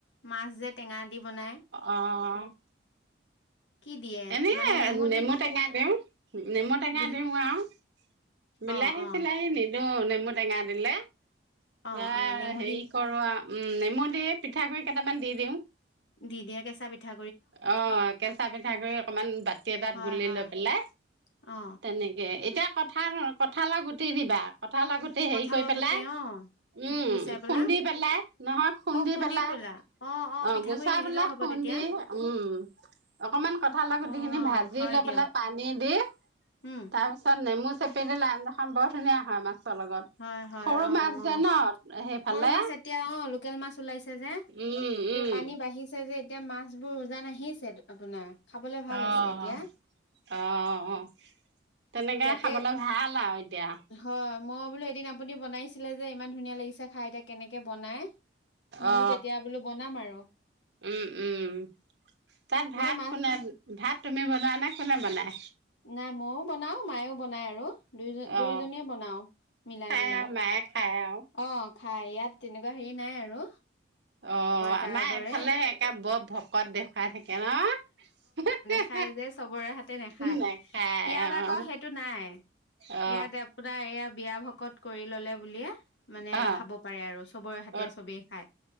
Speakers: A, on the left (about 70°); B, on the right (about 65°).
A: মাছ যে টেঙা। দি বনাই
B: অ'।
A: কি দিয়ে
B: এনে
A: মানে
B: নেমু
A: দি
B: টেঙা দিওঁ, নেমু টেঙা
A: বিল
B: দিও আও। বিলাহী-চিলাহী
A: অ অ
B: নিদো, নেমু টেঙা দিলে। <unintelligible>
A: অ অ নেমু
B: হেৰি
A: দি
B: কৰো আও, উম নেমু দি পিঠাগুড়ি কেইটামান দি দিওঁ।
A: দি দিয়ে কেচা পিঠা
B: অ' কেচা পিঠাগুড়ি অকমান বাতি এটাত
A: হয়
B: গুলি
A: হয়
B: লৈ পেলাই।
A: অ
B: তেনেকে, এতিয়া কঁঠাল-কঁঠালৰ গুটি দিবা। কঁঠাল গুটি
A: কঁঠালৰ
B: হেৰি কৈ পেলাই।
A: গুটি অ
B: উম
A: গুচাই পেলা
B: খুন্দি পেলাই, নহয়। খুন্দি
A: অ
B: পেলাই।
A: পেলা
B: অ
A: পিঠাগুৰি
B: গোচাই
A: নিদিলেও
B: পেলাই
A: হ'ব
B: খুন্দি।
A: তেতিয়া
B: উম অকমান কঁঠালৰ গুটি
A: অ
B: খিনি ভাজি
A: হয়
B: লৈ
A: দিয়ক
B: পেলাই পানী দি
A: উম
B: তাৰ পিছত নেমু। চেপি দিলে আঞ্জাখন বৰ ধুনীয়া হয় মাছ। মাছৰ লগত।
A: হয় হয়,
B: সৰু
A: অ' অ'
B: যে ন সেইফালে
A: সৰু মাছ এতিয়া, অ' লোকেল মাছ ওলাইছে যে।
B: উম উম।
A: এই পানী বাঢ়িছে যে এতিয়া মাছবোৰ উজান আহিছে আপোনাৰ? খাবলে ভাল
B: অহ
A: হৈছে এতিয়া
B: অহ অহ। তেনেকে
A: তাকে
B: খাবলে ভাল আও এতিয়া।
A: হয় মই বোলো এদিন আপুনি বনাইছিলে যে ইমান ধুনীয়া লাগিছে খাই এতিয়া কেনেকে বনাই? ময়ো
B: অ
A: তেতিয়া বোলো বনাম আৰু।
B: উম উম। তাত
A: মানে
B: ভাত
A: মাছ
B: কোনে ভাত তুমি বনোৱা নে কোনে বনাই?
A: নাই ময়ো বনাওঁ মাইয়ো বনায় আৰু। দুই
B: অ
A: দুয়োজনীয়ে বনাওঁ। মিলাই।
B: খাই
A: মিলাই।
B: আৰু মায়ে খাই আৰু।
A: অঁহ ঠাই ইয়াত তেনেকুৱা হেৰি নাই আৰু।
B: অ
A: তাৰ
B: আমাৰ
A: দৰে
B: এইফালে একে বৰ ভকত দেখুৱাই থাকে ন?
A: খাই যে চবৰে হাতে নেখায়।
B: নাখায়
A: ইয়াত আকৌ
B: অ
A: সেইটো নাই।
B: অ
A: ইয়াত আপোনাৰ ইয়াত বিয়া ভকত কৰি ল'লে বুলিয়ে মানে
B: অ
A: খাব পাৰে আৰু চবৰে হাতে
B: অ
A: চবেই খায়।